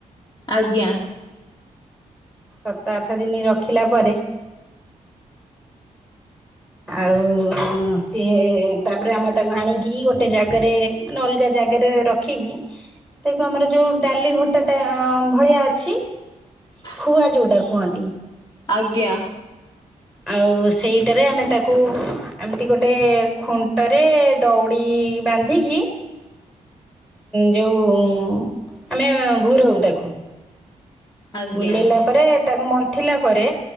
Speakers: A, on the left; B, in the centre.
A: ଆଜ୍ଞା।
B: ସାତ ଆଠ ଦିନ ରଖିଲା ପରେ। ଆଉ ସିଏ ତାପରେ ଆମେ ତାକୁ ଆଣିକି ଗୋଟେ ଜାଗାରେ ମାନେ ଅଲଗା ଜାଗାରେ ର ଖିକି ତାକୁ ଆମର ଯୋଉ ଡାଲି ଘଟାଟା ଭଳିଆ ଅଛି।
A: ହ <unintelligible>
B: ଖୁଆ ଯେଉଁଟା କୁହନ୍ତି।
A: ଆଜ୍ଞା
B: ଆଉ ସେଇଟାରେ ଆମେ ତାକୁ ଏମିତି ଗୋଟେ ଖୁଣ୍ଟରେ ଦଉଡ଼ି ବାନ୍ଧିକି ଯେଉଁ ଆମେ ଘୁରଉ ତାକୁ।
A: ଆଜ୍ଞା
B: ବୁଲିଲା ପରେ ତାକୁ ମନ୍ଥିଲା ପରେ